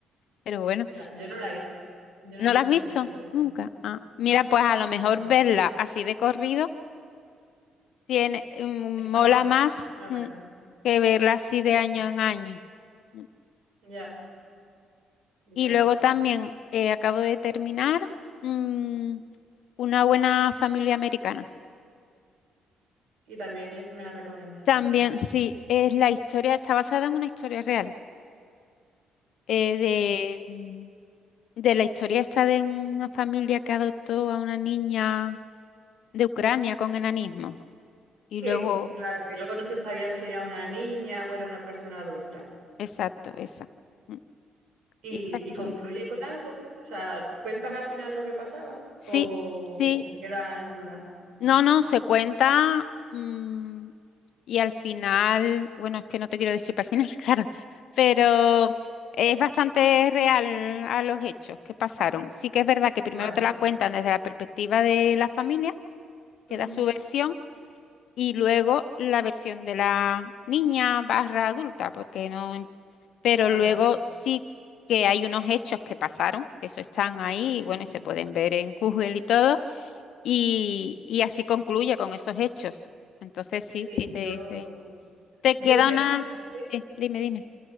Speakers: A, on the left; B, on the right.
A: pero bueno,
B: Ya, yo no la he visto. Yo no
A: ¿no
B: he visto
A: la has
B: nunca
A: visto?
B: Stranger Things.
A: Nunca. Ah, mira,
B: No,
A: pues a lo mejor
B: no.
A: verla así de corrido tiene, mm,
B: Está
A: mola
B: buena,
A: más
B: ¿no? Me la
A: mm,
B: recomiendo.
A: que verla así
B: ¿Qué
A: de
B: esperas?
A: año en año. mm,
B: Ya, ya.
A: Y luego también eh, acabo de terminar mm, Una buena familia americana.
B: Y también es- me la recomienda.
A: También, sí, es la historia, está basada en una historia real, eh, de,
B: Sí.
A: mm, de la historia esta de una familia que adoptó a una niña de Ucrania con enanismo. Y
B: Que
A: luego,
B: mm, claro, que luego no se sabía si era una niña o era una persona adulta.
A: exacto, esa. Mm,
B: Y,
A: y esa está-
B: y concluye con algo. O sea, ¿cuentan al final lo que pasaba?
A: Sí,
B: ¿O,
A: sí,
B: o se queda en duda? Mm,
A: No, no, se cuenta mm, y al final, bueno, es que no te quiero destripar al final, <laughs> claro, pero es bastante real a los hechos que pasaron. Sí que es verdad que primero
B: Vale.
A: te la cuentan desde la perspectiva de la familia, que
B: Ujú,
A: da su versión, y luego la versión de la niña barra adulta, porque no pero
B: Vale.
A: luego sí que hay unos hechos que pasaron, que eso están ahí, y bueno,
B: Mm.
A: y se pueden ver en Google y todo, y, y así concluye con esos hechos. Entonces sí,
B: Sí,
A: sí te
B: yo,
A: dice, te
B: yo
A: queda
B: creo
A: una...
B: que escuché.
A: Sí, dime, dime.